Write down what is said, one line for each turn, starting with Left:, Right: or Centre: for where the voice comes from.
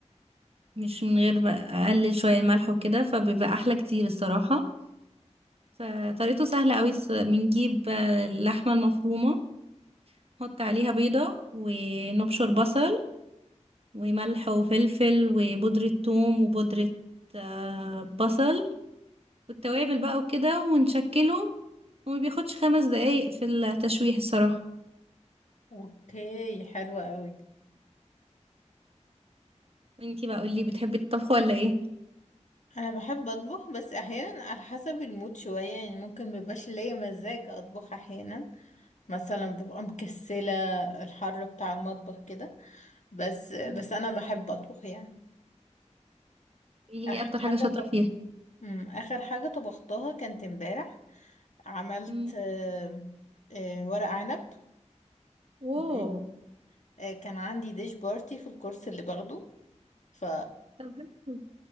Right: مش من غير بقى اقلل شوية الملح وكده فبيبقى احلى كتير الصراحة فطريقته سهلة اوي بنجيب اللحمة المفرومة نحط عليها بيضة ونبشر بصل وملح وفلفل وبودرة ثوم وبودرة آه، بصل والتوابل بقى وكده ونشكله وما بياخدش خمس دقايق في التشويح الصراحة
Left: اوكي حلوة قوي
Right: وانتي بقى قولي بتحبي الطبخ ولا ايه؟
Left: انا بحب اطبخ بس احيانا على حسب المود شوية يعني ممكن مبيبقاش ليا مزاج اطبخ احيانا مثلا ببقى مكسلة الحر بتاع المطبخ كده بس بس
Right: مم.
Left: انا بحب اطبخ يعني
Right: قولي
Left: اخر
Right: ايه اكتر حاجة
Left: حاجة
Right: شاطرة فيها؟
Left: مم. آخر حاجة طبختها كانت امبارح عملت
Right: مم.
Left: آه، آه، ورق عنب
Right: واو
Left: اوكي آه، كان عندي ديش بارتي في الكورس اللي باخده ف
Right: طب حلو.